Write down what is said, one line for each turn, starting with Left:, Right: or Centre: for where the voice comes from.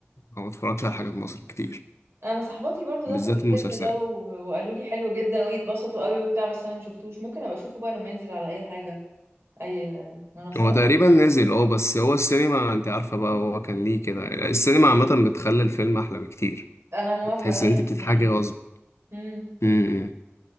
Left: او ما اتفرجش على حاجات مصر كتير
Right: انا صاحباتي برضو
Left: بالذات
Right: دخلوا الفيلم
Left: المسلسلات
Right: ده و... وقالوا لي حلو جدا ويتبسطوا قوي وبتاع بس انا ما شفتوش ممكن ابقى اشوفه بقى لما ينزل على اي حاجه اي منصه
Left: هو تقريبا نزل اه بس هو السينما انت عارفة بقى هو كان ليه كده السينما عامة بتخلي الفيلم احلى بكتير
Right: انا موافقه
Left: بتحس
Right: 100%
Left: ان انت بتتحاجي غصب
Right: امم
Left: امم